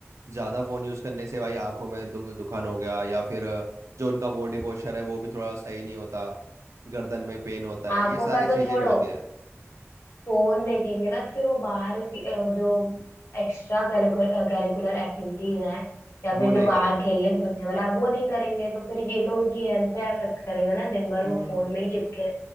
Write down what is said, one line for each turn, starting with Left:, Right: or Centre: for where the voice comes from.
Right: ज़्यादा फ़ोन यूज़ करने से भाई आंखों में दु, दुखान हो गया या फिर जो उनका बॉडी पोस्चर है वो भी थोड़ा सही नहीं होता गर्दन में पेन होता है
Left: आंखों
Right: ये सारी
Left: का
Right: चीज़ें
Left: तो छोड़ो
Right: भी होती है
Left: फोन देखेंगे ना तो फिर वो बाहर की अ, जो एक्स्ट्रा करिकुलर एक्टिविटीज हैं या
Right: वो
Left: फिर
Right: नहीं
Left: जो बाहर
Right: करेंगे
Left: खेलने कूदने वाला है वो नहीं करेंगे तो फिर ये तो उनकी हेल्थ पे अफेक्ट करेगा ना दिन भर
Right: हम्म
Left: वो फोन में ही चिपके